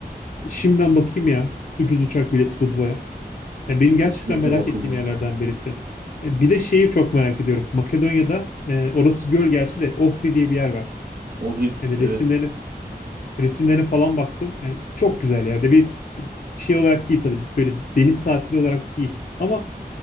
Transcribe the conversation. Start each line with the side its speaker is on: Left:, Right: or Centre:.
Left: Şimdiden bakayım ya. Ucuz uçak bileti Budva'ya. Ya benim gerçekten
Right: Kesinlikle
Left: merak
Right: bakılmalı.
Left: ettiğim yerlerden birisi. E, Bir de şeyi çok merak ediyorum. Makedonya'da e, orası göl gerçi de Ohri diye bir yer var.
Right: Ohrid
Left: Yani
Right: evet.
Left: resimlerine resimlerine falan baktım. Yani çok güzel ya. De bir şey olarak değil tabii. Böyle deniz tatili olarak değil. Ama